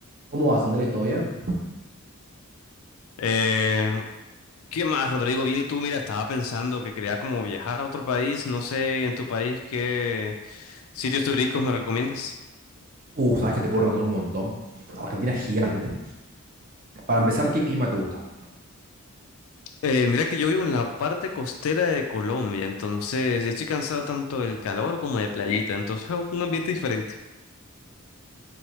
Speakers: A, on the right; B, on the left.
A: ¿Cómo vas, Andrés? ¿Todo bien?
B: Eh, ¿qué más, Rodrigo? Bien, y tú, mira, estaba pensando que quería como viajar a otro país, no sé, en tu país, ¿qué sitios turísticos me recomiendas?
A: Uh, sabes que te puedo recomendar un montón. Argentina es gigante. Para empezar, ¿qué clima te gusta?
B: Eh, mira que yo vivo en la parte costera de Colombia, entonces ya estoy cansado tanto del calor como de playita, entonces oh, un ambiente diferente.